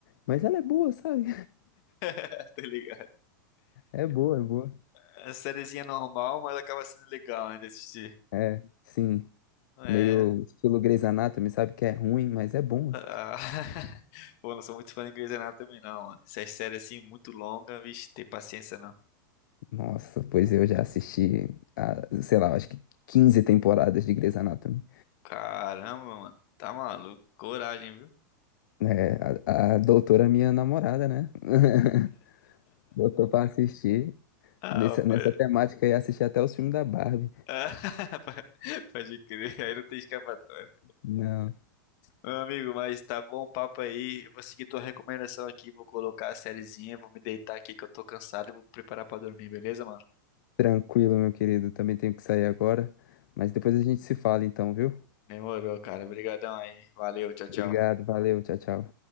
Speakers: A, on the left; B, on the left.
A: mas ela é boa, sabe?
B: <laughs> Tá ligado?
A: É boa, é boa.
B: é sériezinha normal, mas acaba sendo legal, né? De assistir.
A: É, sim.
B: É.
A: Meio estilo Grey's Anatomy, sabe que é ruim, mas é bom.
B: ah. <laughs> Pô, não sou muito fã de Grey's Anatomy também, não, mano. Essas séries assim, muito longas, vixe, ter paciência não.
A: Nossa, pois eu já assisti, a, sei lá, acho que 15 temporadas de Grey's Anatomy.
B: Caramba, mano. Tá maluco. Coragem, viu?
A: É, a, a doutora, minha namorada, né? <laughs> Botou pra assistir.
B: Ah,
A: Nessa,
B: rapaz.
A: nessa temática
B: <laughs>
A: e assisti até os filmes da Barbie.
B: Ah, pode crer. Aí não tem escapatória.
A: Não,
B: Meu amigo, mas tá bom o papo aí. Eu vou seguir tua recomendação aqui, vou colocar a sériezinha, vou me deitar aqui que eu tô cansado, e vou me preparar pra dormir, beleza, mano?
A: tranquilo, meu querido. Também tenho que sair agora. Mas depois a gente se fala, então, viu?
B: Demorou, cara. Obrigadão aí. Valeu, tchau, tchau.
A: Obrigado, valeu, tchau, tchau.